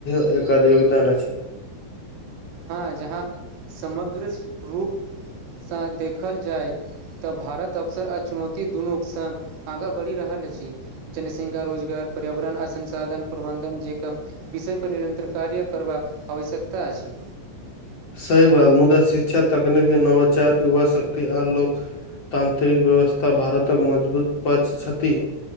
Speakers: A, on the left; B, on the right.
A: एकर योगदान अछि
B: हँ जहाँ समग्र रूप सँ देखल जाय तऽ भारत अवसर आ चुनौती दुनूक संग आगाँ बढ़ि रहल अछि जनी श्रृंगार रोजगार पर्यावरण आ संसाधन प्रबंधन जे कम विषय पर निरंतर कार्य करबाक आवश्यकता अछि
A: सही बात मुदा शिक्षा तकनीकी नवचार युवा शक्त आ लोक तांत्रिक व्यवस्था भारतक मजबूत पछ छथि